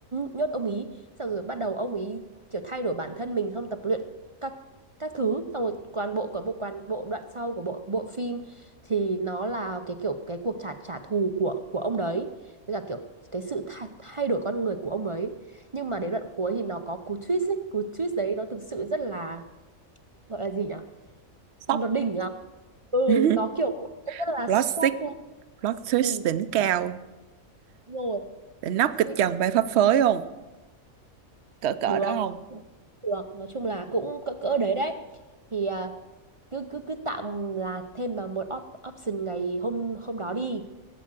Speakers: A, on the right; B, on the right.
A: nhốt ông ấy xong rồi bắt đầu ông ấy kiểu thay đổi bản thân mình xong tập luyện các các thứ xong rồi toàn bộ của bộ toàn bộ đoạn sau của bộ bộ phim thì nó là cái kiểu cái cuộc trả trả thù của của ông đấy với cả kiểu cái sự thay, thay đổi con người của ông ấy nhưng mà đến đoạn cuối thì nó có cú twist ấy cú twist đấy nó thực sự rất là gọi là gì nhỉ
B: sốc
A: nó đỉnh lắm ừ
B: <laughs>
A: nó kiểu cũng rất là
B: Plastic,
A: shock luôn.
B: plot twist
A: ừ
B: đỉnh cao,
A: đúng rồi
B: đỉnh nóc
A: nó
B: kịch
A: suýt
B: trần bay phấp phới không? Cỡ cỡ
A: được
B: đó không?
A: được nói chung là cũng cỡ cỡ đấy đấy thì à, cứ cứ cứ tạm là thêm vào một op- option ngày hôm hôm đó đi